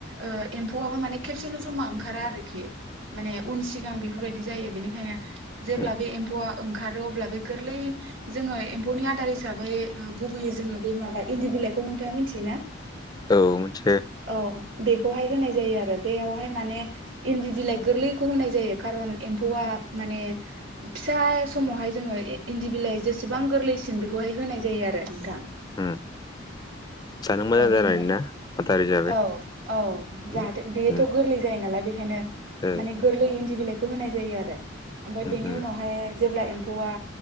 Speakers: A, on the right; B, on the left.
A: ओ एम्फौआबो माने खेबसेनो जमा ओंखारा आरोखि माने उन सिगां बेफोरबायदि जायो बेनिखायनो जेब्ला
B: उम
A: बे एम्फौआ ओंखारो अब्ला बे गोरलै जोङो एम्फौनि आदार हिसाबै उम गुबैयै जोङो बे माबा इन्दि बिलाइखौ नोंथाङा, मिथियोना?
B: औ मोनथियो।
A: औ बेखौहाय होनाय जायो आरो बेयावहाय माने इन्दि बिलाइ गोरलैखौ होनाय जायो खारन एम्फौआ माने फिसा समावहाय जोङो इन्दि बिलाइ जेसेबां गोरलैसिन बेखौहाय होनाय जायो आरो नोंथां।
B: उम जानो मोजां
A: औ
B: जानायनि
A: बेनि
B: ना? आदार हिसाबै
A: औ, औ
B: उम
A: जाहाथे बेयोथ'
B: उम
A: गोरलै जायो नालाय बेखायनो
B: ओ
A: माने गोरलै इन्दि बिलाइ फोर होनाय जायो आरो ओमफ्राय
B: उम
A: बेनि
B: उम
A: उनावहाय जेब्ला एम्फौआ